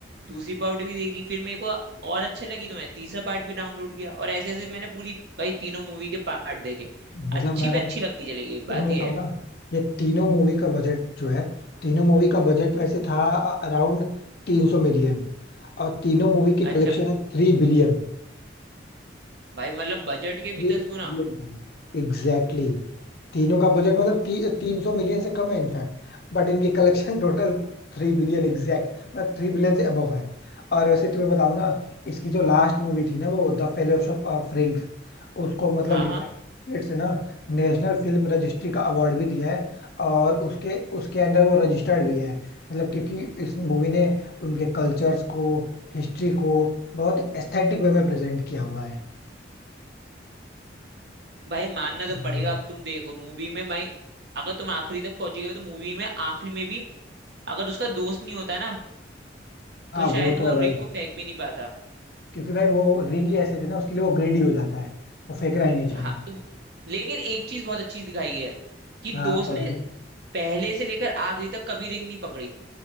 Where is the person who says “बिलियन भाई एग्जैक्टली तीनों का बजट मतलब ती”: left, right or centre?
Left